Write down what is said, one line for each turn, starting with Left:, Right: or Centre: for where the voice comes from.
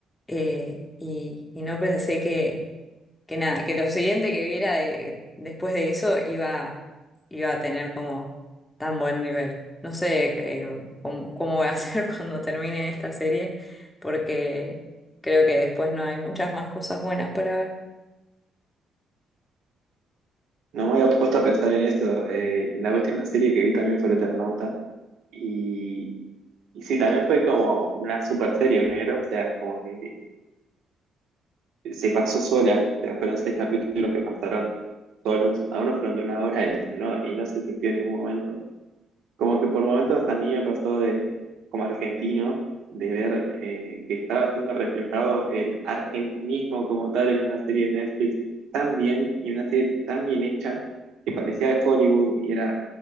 Left: Eh, y, y no pensé que que nada, que lo siguiente que viera de- después de eso iba, iba a tener como tan buen nivel. No sé eh, cómo, cómo voy a <laughs> hacer cuando termine esta serie, porque creo que después no hay muchas más cosas buenas para ver.
Right: No me había puesto a pensar en eso eh, la última serie que vi también fue El Eternauta y, y sí, también fue como una super serie primero, o sea, como que se pasó sola, o sea, fueron seis capítulos que pasaron solos, algunos fueron de una hora y no, y no se sintió en ningún momento. Como que por momentos a mí me pasó de, como argentino, de ver eh, que estaba siendo reflejado el argentinismo como tal en una serie de Netflix tan bien y una serie tan bien hecha que parecía de Hollywood y era